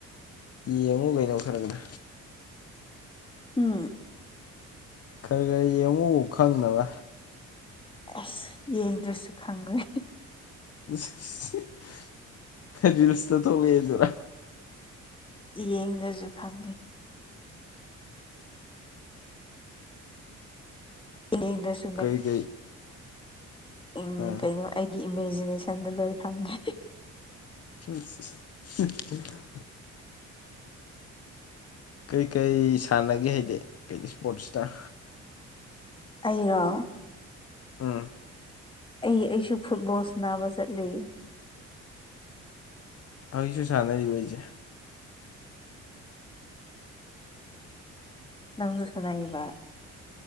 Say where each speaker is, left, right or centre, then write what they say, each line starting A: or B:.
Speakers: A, on the left; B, on the left.
A: ꯌꯦꯡꯉꯨ ꯀꯩꯅꯣ ꯈꯔꯈꯔ
B: ꯎꯝ
A: ꯈꯔꯈꯔ ꯌꯦꯡꯉꯨ ꯈꯪꯅꯕ
B: ꯑꯁ ꯌꯦꯡꯗ꯭ꯔꯁꯨ ꯈꯪꯒ꯭ꯔꯦ
A: ꯏꯁ ꯔꯤꯜꯁꯇ ꯊꯣꯛꯂꯛꯑꯦꯗꯨꯔꯥ
B: ꯌꯦꯡꯗ꯭ꯔꯁꯨ ꯈꯪꯉꯤ ꯌꯦꯡꯗ꯭ꯔꯁꯨ
A: ꯀꯩ ꯀꯩ
B: ꯎꯝ
A: ꯑꯥ
B: ꯀꯩꯅꯣ ꯑꯩꯒꯤ ꯏꯃꯦꯖꯤꯅꯦꯁꯟꯗꯣ ꯂꯣꯏ ꯈꯪꯉꯦ
A: <unintelligible> ꯀꯩꯀꯩ ꯁꯥꯟꯅꯒꯦ ꯍꯥꯏꯗꯤ ꯀꯩꯅꯣ ꯏꯁꯄꯣꯔꯠꯁꯇ
B: ꯑꯩꯔꯣ
A: ꯎꯝ
B: ꯑꯩ ꯑꯩꯁꯨ ꯐꯨꯠꯕꯣꯜ ꯁꯅꯥꯕ ꯆꯠꯂꯦ
A: ꯍꯧꯖꯤꯛꯁꯨ ꯁꯥꯟꯅꯔꯤꯕ ꯑꯩꯖꯦ
B: ꯅꯪꯖꯨ ꯁꯅꯩꯏꯕ